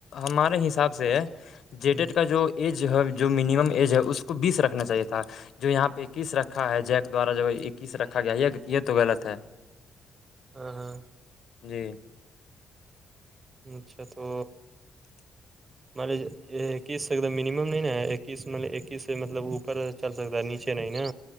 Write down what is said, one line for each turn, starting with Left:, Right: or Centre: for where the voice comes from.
Left: ہمارے حساب سے جی
Right: ہوں
Left: ڈڈ کا جو ایج ہے جو مینمم ایج ہے اس کو بیس رکھنا چاہیے تھا جو یہاں پہ اکیس رکھا ہے جیک دوارا جب اکیس رکھا گیا یہ یہ توغط ہے
Right: ہاں ہاں
Left: جی
Right: اچھا تو
Left: <inaudible>
Right: ملے اکیس سے ایک منیمم نہیں نا اکیس مل اکیس سے مطلب اوپر چل سکتا ہے نیچے نہیں نا